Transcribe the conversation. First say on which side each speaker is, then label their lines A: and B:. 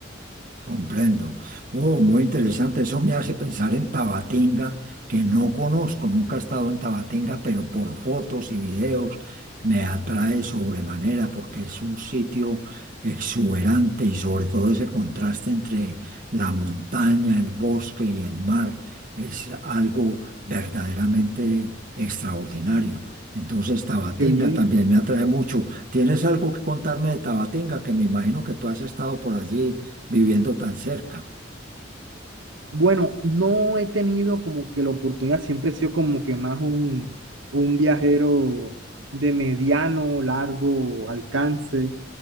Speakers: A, on the right; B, on the right.
A: Comprendo. Oh, muy interesante. Eso me hace pensar en Tabatinga, que no conozco, nunca he estado en Tabatinga, pero por fotos y videos me atrae sobremanera porque es un sitio exuberante y sobre todo ese contraste entre la montaña, el bosque y el mar es algo verdaderamente extraordinario. Entonces, Tabatinga
B: Qué bien.
A: también me atrae mucho. ¿Tienes algo que contarme de Tabatinga? Que me imagino que tú has estado por allí viviendo tan cerca.
B: Bueno, no he tenido como que la oportunidad, siempre he sido como que más un, un viajero de mediano, largo alcance.